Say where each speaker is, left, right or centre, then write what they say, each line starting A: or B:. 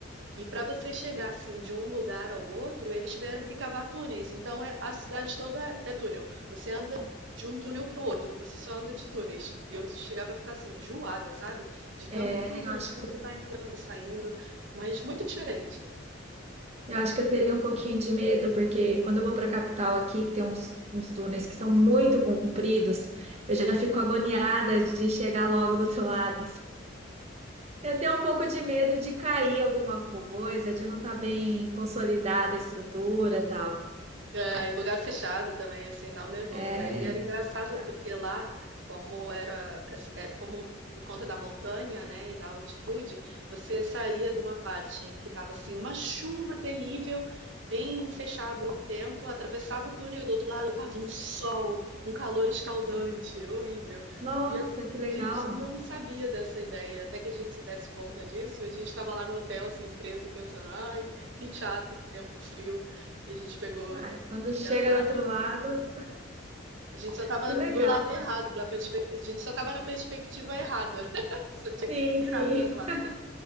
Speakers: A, on the right; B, on the right.
A: E para você chegar assim de um lugar ao outro, eles tiveram que cavar túneis. Então é- a cidade toda é túnel. Você anda de um túnel para o outro, você só anda de túneis. Eu chegava a ficar assim enjoada, sabe? De tanto
B: É,
A: túnel
B: eu acho
A: de você
B: que,
A: estar entrando e saindo, mas muito diferente.
B: eu acho que eu teria um pouquinho de medo, porque quando eu vou para a capital aqui, que tem uns, uns túneis que são muito compridos, eu já fico agoniada de chegar logo do outro lado, Eu tenho um pouco de medo de cair alguma coisa, de não estar bem consolidada a estrutura, e tal.
A: É, e lugar fechado também, assim, dá um nervoso,
B: É,
A: né? E era engraçado
B: tá.
A: porque lá, como era, é, como por conta da montanha, né, e da altitude, você saía de uma parte em que estava assim uma chuva terrível, bem fechado o tempo, atravessava o túnel e do outro lado tava um sol, um calor escaldante, horrível.
B: Nossa,
A: E a
B: que legal.
A: gente não sabia dessa ideia, até que a gente se desse conta disso, e a gente estava lá no hotel, assim, preso, pensando, ai, que chato, que tempo frio que a gente pegou
B: Ai, quando chega
A: que azar.
B: do outro lado,
A: A gente só tava
B: que
A: no
B: legal.
A: lado errado da perspectiva. A gente só tava na perspectiva errada. <laughs> Só tinha que
B: Sim,
A: virar
B: sim,
A: para outro lado.
B: <laughs>